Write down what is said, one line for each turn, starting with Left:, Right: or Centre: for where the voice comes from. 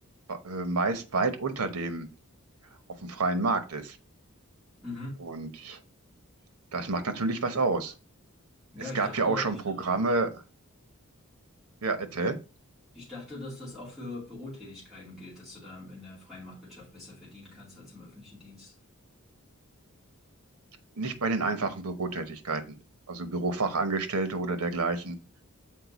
Right: äh, meist weit unter dem auf dem freien Markt ist.
Centre: Mhm.
Right: Und das macht natürlich was aus.
Centre: Ja,
Right: Es
Centre: ich
Right: gab
Centre: dachte,
Right: ja auch schon
Centre: ich
Right: Programme,
Centre: dachte,
Right: ja, erzähl.
Centre: ich dachte, dass das auch für Bürotätigkeiten gilt, dass du da in der freien Marktwirtschaft besser verdienen kannst als im öffentlichen Dienst.
Right: Nicht bei den einfachen Bürotätigkeiten, also Bürofachangestellte oder dergleichen.